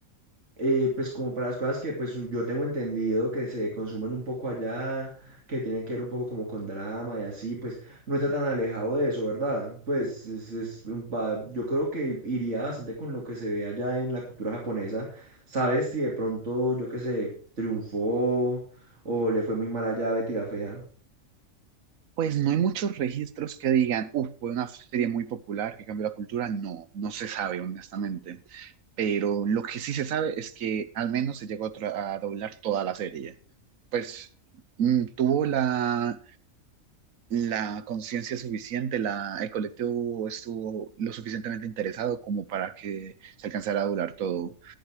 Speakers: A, on the right; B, on the right.
A: eh, pues como para las cosas que pues yo tengo entendido que se consumen un poco allá, que tienen que ver un poco como con drama y así, pues no está tan alejado de eso, ¿verdad? Pues es, es un pa- yo creo que iría bastante con lo que se ve allá en la cultura japonesa. ¿Sabes si de pronto, yo qué sé, triunfó o le fue muy mal allá a Betty la Fea?
B: Pues no hay muchos registros que digan, uff, fue una serie muy popular que cambió la cultura. No, no se sabe, honestamente. pero lo que sí se sabe es que al menos se llegó a, tra- a doblar toda la serie. Pues mm, tuvo la, la conciencia suficiente, la, el colectivo estuvo lo suficientemente interesado como para que se alcanzara a doblar todo,